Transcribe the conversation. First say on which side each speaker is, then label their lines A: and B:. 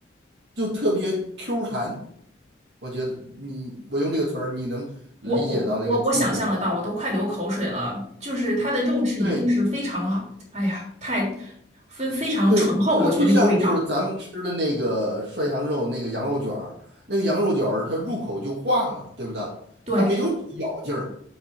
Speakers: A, on the right; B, on the right.
A: 就特别 Q 弹。我觉得你，我用这个词儿，你能理解到那个境界不能？
B: 我我我我我想象得到，我都快流口水了。就是它的肉质一定是非常的好，
A: 对
B: 哎呀，太非非常醇厚，
A: 对，它不像就是咱们吃的那个涮羊肉那个羊肉卷儿，
B: 我觉得那个味道，
A: 那个羊肉卷儿它入口就化了，对不对？
B: 对，
A: 它没有咬劲儿。